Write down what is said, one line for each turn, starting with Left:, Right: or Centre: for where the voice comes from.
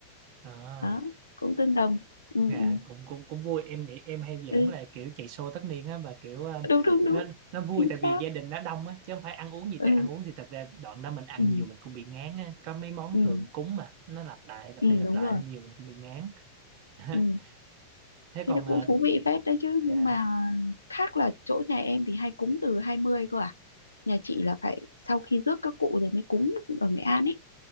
Right: à.
Left: đó cũng tương đồng ừ,
Right: Dạ
Left: ừ,
Right: cũng cũng cũng vui em nghĩ em hay
Left: ừ.
Right: giỡn là kiểu chạy show tất niên á và kiểu ờ,
Left: đúng đúng đúng
Right: nó nó vui
Left: chính
Right: tại vì
Left: xác
Right: gia đình nó đông á chứ không phải ăn uống gì
Left: ừ,
Right: tại ăn uống thì thật ra đoạn đó mình ăn
Left: ừ,
Right: nhiều mình cũng bị ngán á có mấy món
Left: ừ,
Right: thường cúng mà nó lặp lại lặp
Left: ừ,
Right: đi lặp
Left: đúng
Right: lại
Left: rồi
Right: nên nhiều mình cũng bị ngán <laughs>
Left: ừ.
Right: thế
Left: thế
Right: còn
Left: nó cũng
Right: à
Left: thú vị phết đấy chứ nhưng
Right: dạ
Left: mà khác là chỗ nhà em thì hay cúng từ 20 cơ à nhà chị là phải sau khi rước các cụ rồi mới cúng ở Nghệ An ấy